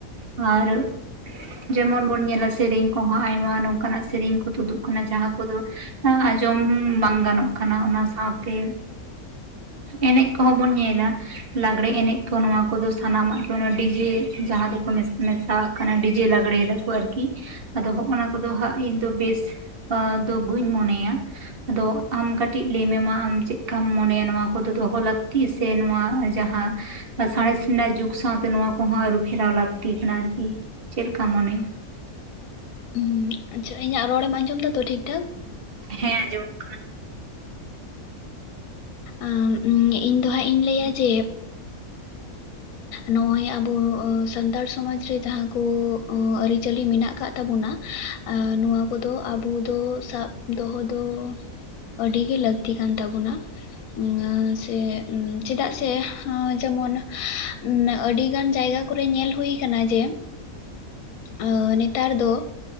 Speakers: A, on the right; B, on the left.
A: ᱟᱨ ᱡᱮᱢᱚᱱ ᱵᱚᱱ ᱧᱮᱞᱟ ᱥᱮᱨᱮᱧ ᱠᱚᱦᱚᱸ ᱟᱭᱢᱟ ᱱᱚᱝ ᱠᱟᱱᱟᱜ ᱥᱮᱨᱮᱧ ᱠᱚ ᱛᱩᱫᱩᱜ ᱠᱟᱱᱟ ᱡᱟᱦᱟᱸ ᱠᱚᱫᱚ ᱟᱸᱡᱚᱢ ᱵᱟᱝ ᱜᱟᱱᱚᱜ ᱠᱟᱱᱟ, ᱚᱱᱟ ᱥᱟᱶᱛᱮ ᱮᱱᱮᱡ ᱠᱚᱦᱚᱸ ᱵᱚᱱ ᱧᱮᱞᱟ ᱞᱟᱜᱽᱲᱮ ᱮᱱᱮᱡ ᱠᱚ ᱱᱚᱣᱟ ᱠᱚᱫᱚ ᱥᱟᱱᱟᱢᱟᱜ ᱚᱱᱟ ᱰᱤᱡᱮ ᱡᱟᱦᱟᱸ ᱫᱚᱠᱚ ᱢᱮᱥᱟᱣᱟᱜ ᱠᱟᱱᱟ, ᱰᱤᱡᱮ ᱞᱟᱜᱽᱲᱮ ᱫᱟᱠᱚ ᱟᱨᱠᱤ᱾ ᱟᱫᱚ ᱦᱚᱜᱼ ᱱᱟ ᱠᱚᱫᱚ ᱦᱟᱸᱜ ᱤᱧ ᱫᱚ ᱵᱮᱥ ᱫᱚ ᱵᱟᱹᱧ ᱢᱚᱱᱮᱭᱟ᱾ ᱟᱫᱚ ᱟᱢ ᱠᱟᱹᱴᱤᱡ ᱞᱟᱹᱭ ᱢᱮᱢᱟ ᱟᱢ ᱪᱮᱫᱠᱟᱢ ᱢᱚᱱᱮᱭᱟ? ᱱᱚᱶᱟ ᱠᱚᱫᱚ ᱫᱚᱦᱚ ᱞᱟᱹᱠᱛᱤ ᱥᱮ ᱱᱚᱣᱟ ᱡᱟᱦᱟᱸ ᱥᱟᱬᱮᱥ ᱨᱮᱱᱟᱜ ᱡᱩᱜᱽ ᱥᱟᱶᱛᱮ ᱱᱚᱣᱟ ᱠᱚᱦᱚᱸ ᱟᱹᱨᱩ ᱯᱷᱮᱨᱟᱣ ᱞᱟᱹᱠᱛᱤ ᱠᱟᱱᱟ ᱟᱨᱠᱤ᱾ ᱪᱮᱫᱞᱮᱠᱟ ᱢᱚᱱᱮᱭᱟ?
B: ᱦᱩᱸ ᱟᱪᱪᱷᱟ ᱤᱧᱟᱹᱜ ᱨᱚᱲᱮᱢ ᱟᱸᱡᱚᱢ ᱫᱟᱛᱚ ᱴᱷᱤᱠᱼᱴᱷᱟᱠ?
A: ᱦᱮᱸ ᱟᱸᱡᱚᱢᱚᱜ ᱠᱟᱱᱟ᱾
B: ᱚ ᱤᱧ ᱫᱚ ᱦᱟᱸᱜ ᱤᱧ ᱞᱟᱹᱭᱟ ᱡᱮ ᱱᱚᱜᱼᱚᱭ ᱟᱵᱚ ᱥᱟᱱᱛᱟᱲ ᱥᱚᱢᱟᱡ ᱨᱮ ᱡᱟᱦᱟᱸ ᱠᱚ ᱟᱹᱨᱤᱪᱟᱹᱞᱤ ᱢᱮᱱᱟᱜ ᱟᱠᱟᱫ ᱛᱟᱵᱚᱱᱟ, ᱟᱨ ᱱᱚᱣᱟ ᱠᱚᱫᱚ ᱟᱵᱚ ᱫᱚ ᱥᱟᱵ ᱫᱚᱦᱚ ᱫᱚ ᱟᱹᱰᱤ ᱜᱮ ᱞᱟᱹᱠᱛᱤ ᱠᱟᱱ ᱛᱟᱵᱚᱱᱟ᱾ ᱩᱸ ᱥᱮ ᱪᱮᱫᱟᱜ ᱥᱮ ᱟᱸ ᱡᱟᱢᱟᱱᱟ ᱟᱹᱰᱤ ᱜᱟᱱ ᱡᱟᱭᱜᱟ ᱠᱚᱨᱮ ᱧᱮᱞ ᱦᱩᱭ ᱟᱠᱟᱱᱟ ᱡᱮ ᱟᱹ ᱱᱮᱛᱟᱨ ᱫᱚ